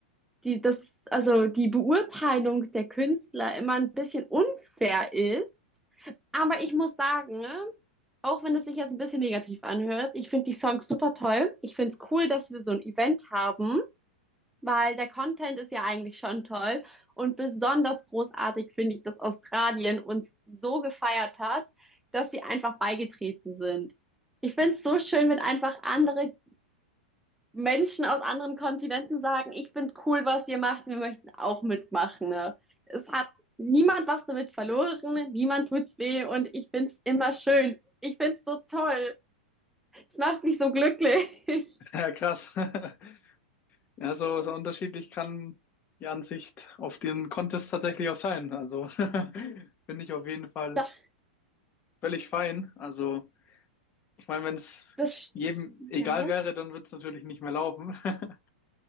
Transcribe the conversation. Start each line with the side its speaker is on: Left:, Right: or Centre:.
Centre: die, das, also die Beurteilung der Künstler immer ein bisschen unfair ist. Aber ich muss sagen, ne, auch wenn es sich jetzt ein bisschen negativ anhört, ich finde die Songs super toll. Ich finde es cool, dass wir so ein Event haben weil der Content ist ja eigentlich schon toll und besonders großartig finde ich, dass Australien uns so gefeiert hat, dass sie einfach beigetreten sind. Ich finde es so schön, wenn einfach andere Menschen aus anderen Kontinenten sagen, ich finde cool, was ihr macht, wir möchten auch mitmachen. Ne? Es hat niemand was damit verloren, niemand tut's weh und ich find's immer schön. Ich find's so toll. Es macht mich so glücklich.
Left: <laughs>
Centre: <laughs>
Left: Ja, krass. <laughs> Ja, so, so unterschiedlich kann die Ansicht auf den Contest tatsächlich auch sein. Also <laughs> finde ich auf jeden Fall
Centre: Das,
Left: völlig fein. Also ich meine, wenn es
Centre: das,
Left: jedem egal
Centre: ja.
Left: wäre, dann wird es natürlich nicht mehr laufen. <laughs>